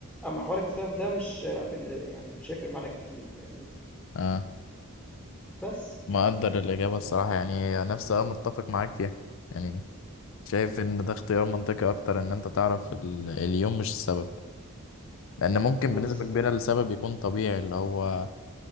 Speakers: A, in the centre; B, on the left.
A: أمّا حوار السبب ده مش لأ بن يعني مش هيفرق معانا كتير فاهمني،
B: اه
A: بس
B: مقدر الإجابة الصراحة يعني نفسي اه متفق معاك فيها يعني شايف إن ده اختيار منطقي أكتر إن أنت تعرف ال... اليوم مش السبب لأن ممكن
A: بالض
B: بنسبة كبيرة السبب يكون طبيعي اللي هو